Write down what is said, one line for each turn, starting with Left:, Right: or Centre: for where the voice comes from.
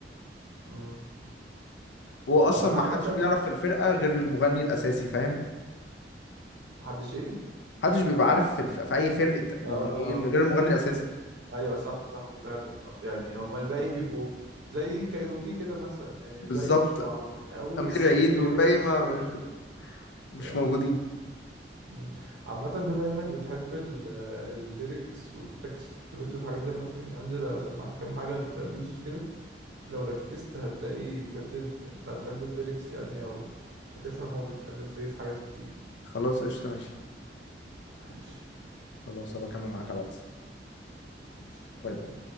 Right: مم.
Left: واصلا
Right: طب أنا
Left: ما
Right: عامة
Left: حدش بيعرف في الفرقه غير المغني الاساسي فاهم
Right: محدش إيه؟
Left: محدش بيبقى عارف في, الف... في اي فرقه مغنيين
Right: آه آه.
Left: غير المغني الاساسي
Right: أيوه صح صح دي فعلا آه. يعني هما الباقي بيبقوا زي كايروكي كده مثلا يعني الباقي
Left: بالظبط
Right: مش معروفين قوي بس
Left: امير عيد
Right: أمير
Left: والباقي
Right: عيد هو الستار
Left: ما مش, مش
Right: يعني
Left: موجودين
Right: مم. عامة بما إنك بتحب ال- الليركس وبتركز في الليركس والحاجات دي أنا ممكن أنزل أسمعك كام حاجة لأبي يوسف كده لو ركزت هتلاقي بجد ان انت هتحب الليركس يعني او هتفهم هو بيتكلم في ايه في حاجات كتير
Left: خلاص قشطه ماشي
Right: ماشي
Left: خلاص هبقى اكمل معاك على الواتس
Right: ماشي
Left: باي باي